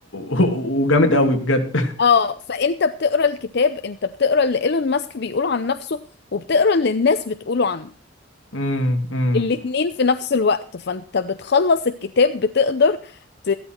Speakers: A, on the left (about 85°); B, on the left (about 60°).
A: <laughs> وجامد قوي بجد
B: اه فانت بتقرا الكتاب انت بتقرا اللي ايلون ماسك بيقوله عن نفسه وبتقرا اللي الناس بتقوله عنه
A: امم امم
B: الاتنين في نفس الوقت فانت بتخلص الكتاب بتقدر ت-